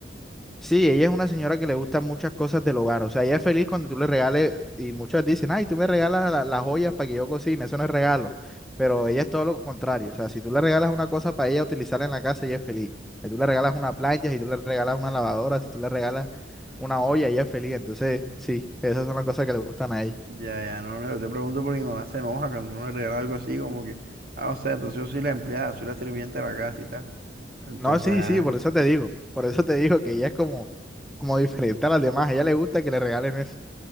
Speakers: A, in the centre; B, on the right.
A: Sí, ella es una señora que le gustan muchas cosas del hogar. O sea, ella es feliz cuando tú le regales, y muchos dicen, ay, tú me regalas la- las joyas para que yo cocine, eso no es regalo. Pero ella es todo lo contrario. O sea, si tú le regalas una cosa para ella utilizar en la casa, ella es feliz. Si tú le regalas una plancha, si tú le regalas una lavadora, si tú le regalas una olla, ella es feliz. Entonces, sí, esas son las cosas que le gustan a ella.
B: Ya, ya, no, no, yo te pregunto porque mi mamá se enoja cuando uno le regala algo así, como que, ah, o sea, entonces yo soy la empleada, soy la sirvienta de la casa y tal. Entonces,
A: No, sí,
B: ah,
A: sí, por eso te digo. Por eso te digo que ella es como, como diferente a las demás. A ella le gusta que le regalen eso.